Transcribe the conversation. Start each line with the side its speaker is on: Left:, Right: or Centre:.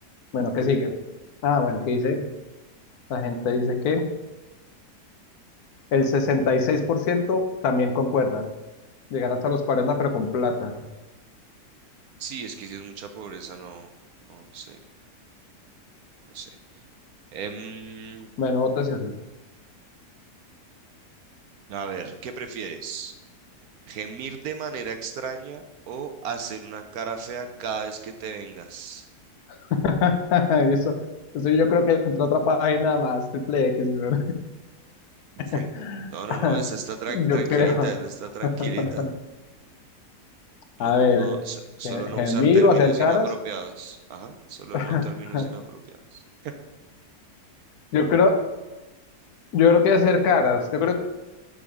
Left: Bueno, ¿qué sigue? Ah, bueno, ¿qué dice? La gente dice que el 66% también concuerda. Llegar hasta los cuarenta pero con plata.
Right: Sí, es que si es mucha pobreza, no, no, no sé, no sé. Em,
Left: Bueno, votación.
Right: a ver, ¿qué prefieres? ¿Gemir de manera extraña o hacer una cara fea cada vez que te vengas?
Left: <laughs> Eso, eso yo creo que entró otra página más, triple X, weón.
Right: <laughs>
Left: <laughs>
Right: No, no, no, esa está tran-
Left: Yo
Right: tranquilita,
Left: creo.
Right: esa está
Left: <laughs>
Right: tranquilita. No,
Left: A ver,
Right: no, so- solo
Left: eh,
Right: no
Left: gemir
Right: usar términos
Left: o hacer caras.
Right: inapropiados. Ajá, solo
Left: <laughs>
Right: no términos inapropiados.
Left: Yo creo, yo creo que hacer caras. Yo creo